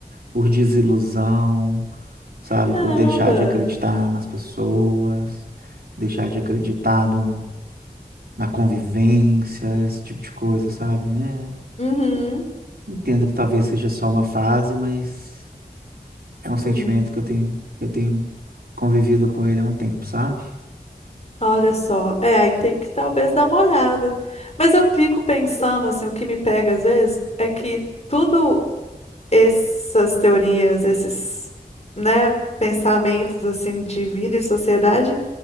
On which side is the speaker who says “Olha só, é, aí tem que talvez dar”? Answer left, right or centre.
Left